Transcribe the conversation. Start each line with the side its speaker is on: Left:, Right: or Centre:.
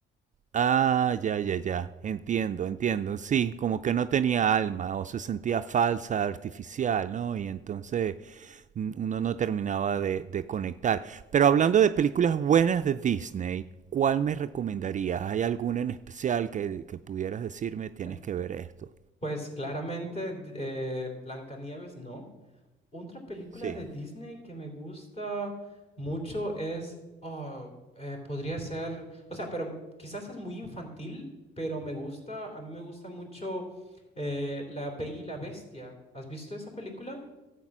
Right: Ah, ya, ya, ya. Entiendo, entiendo. Sí, como que no tenía alma o se sentía falsa, artificial, ¿no? Y entonces n- uno no terminaba de, de conectar. Pero hablando de películas buenas de Disney, ¿cuál me recomendarías? ¿Hay alguna en especial que, que pudieras decirme tienes
Left: <laughs> Eh,
Right: que ver esto?
Left: Pues claramente, d- eh, Blancanieves no. Otra película
Right: Sí.
Left: de Disney que me gusta mucho es, oh, eh, podría ser, o sea, pero quizás es muy infantil, pero me gusta, a mí me gusta mucho eh, La Bella y la Bestia. ¿Has visto esa película?